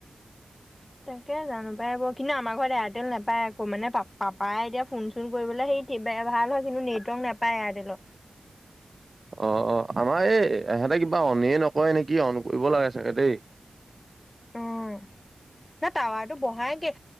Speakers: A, on the left; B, on the right.
A: তাকে জানোঁ পাই ব কিন্তু আমাৰ ঘৰত এয়াৰটেল নাপায় আকৌ মানে পাপ পাপাই এতিয়া ফোন চোন কৰিবলৈ সেই ভাল হয় কিন্তু নেটৱৰ্ক নাপায় এয়াৰটেলত <inaudible>
B: অ' অ' আমাৰ এই এহেঁতে কিবা অননেই নকয় নেকি অন কৰিব লাগে চাগে দেই
A: অহ' ন টাৱাৰটো বহাইকে